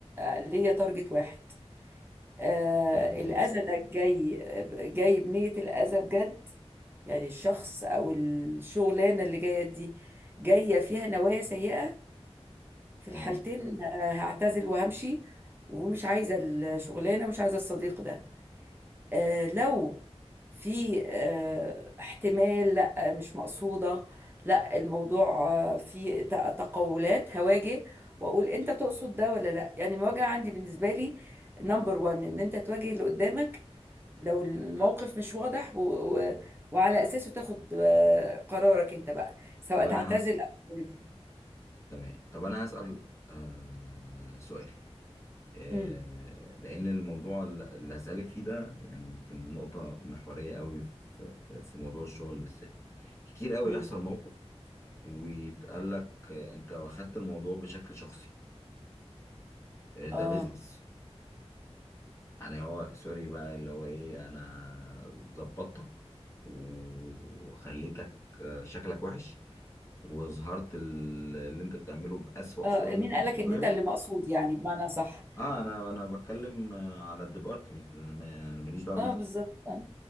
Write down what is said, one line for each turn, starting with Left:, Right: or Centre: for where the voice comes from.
Right: آه، ليا تارجت واحد آه
Left: سلامه النفسيه
Right: الاذى ده جاي جاي بنية الاذى بجد يعني الشخص او الشغلانه اللي جايه دي جايه فيها نوايا سيئه في الحالتين
Left: مم.
Right: آه، هعتزل وهمشي ومش عايزه الشغلانه ومش عايزه الصديق ده آه، لو في آه، احتمال لا مش مقصودة لا الموضوع آه، فيه ت- تقولات هواجه واقول انت تقصد ده ولا لا يعني المواجهة عندي بالنسبة لي نمبر وان ان انت تواجه اللي قدامك لو الموقف مش واضح و... و... وعلى اساسه تاخد آه، قرارك انت بقى سواء
Left: طب
Right: تعتذر
Left: انا هسأل
Right: او تواجه
Left: تمام طب انا هسأل آه... سؤال آه،
Right: امم
Left: لأن الموضوع اللي هسألك فيه ده يعني يمكن نقطة محورية قوي في في في موضوع الشغل بالذات كتير قوي
Right: امم
Left: يحصل موقف ويتقال لك آه، أنت واخدت الموضوع بشكل شخصي آه، ده
Right: اه
Left: بيزنس يعني هو سوري بقى اللي هو إيه أنا ظبطتك و- وخليتك آه، شكلك وحش وظهرت ال- اللي انت بتعمله بأسوأ
Right: اه
Left: صورة ممكن
Right: مين قالك
Left: تتظهر
Right: ان انت اللي مقصود يعني بمعنى صح
Left: اه انا انا بتكلم آه، على الديبارتمنت انا ما- أنا ماليش دعوه بيك
Right: اه بالظبط آه.